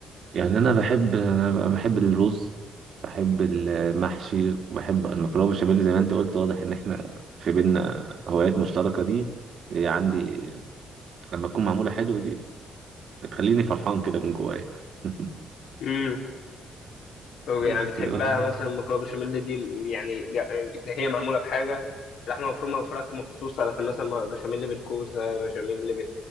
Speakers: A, on the right; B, on the left.
A: يعني أنا بحب آه، بحب الرز بحب المحشي وبحب المكرونة بالبشاميل زي ما أنت قلت واضح إن إحنا في بينا هوايات مشتركة دي هي عندي لما تكون معمولة حلو دي بتخليني فرحان كده من جوايا <laughs>
B: امم طب
A: بس
B: يعني بتحبها
A: آه،
B: مثلا المكرونه البشاميل دي يعني جا- اللي هي معموله بحاجه لحمه مفرومه او فراخ مخصوصه لكن مثلا بشاميل بالكوسه بشاميل